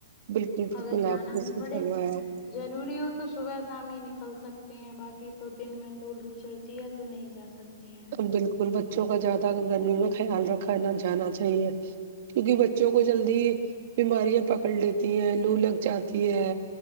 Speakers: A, on the right; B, on the left.
A: بالکل بالکل
B: اگر جانا
A: آپ نے
B: بھی
A: سے
B: پڑے
A: فرمایا ہے
B: ضروری ہو تو صبح شام ہی نکل سکتے ہیں باقی تو دن میں تو لو چلتی ہے تو نہیں جا سکتے ہیں
A: بالکل بچوں کا زیادہ گرمی میں خیال رکھا نہ جانا چاہیے کیونکہ ب بچوں کو
B: جی
A: جلدی
B: جی
A: بیماریاں پکڑ لیتی ہیں لو لگ جاتی ہے